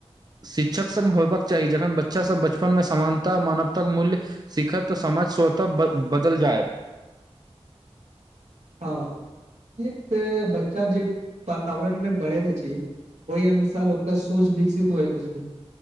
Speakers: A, on the right; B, on the right.
A: शिक्षक संग होयबाक चाही जखन बच्चासभ बचपनमे समानता मानवताक मूल्य सिखत तऽ समाज स्वतः बदल जायत
B: हॉं एक तऽ बच्चा जे वातावरण मे बढ़ैत अछि ओहि अनुसार ओकर सोच विकसित होइत अछि